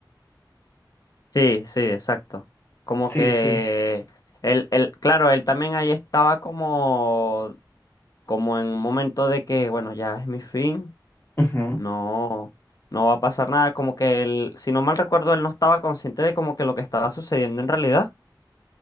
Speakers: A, on the left; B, on the left.
A: Sí, sí, exacto. Como
B: Sí,
A: que
B: sí.
A: él, él- claro, él también ahí estaba como como en un momento de que, bueno, ya es mi fin,
B: Ujú.
A: no, no va a pasar nada, como que él, si no mal recuerdo, él no estaba consciente de como que lo que estaba sucediendo en realidad,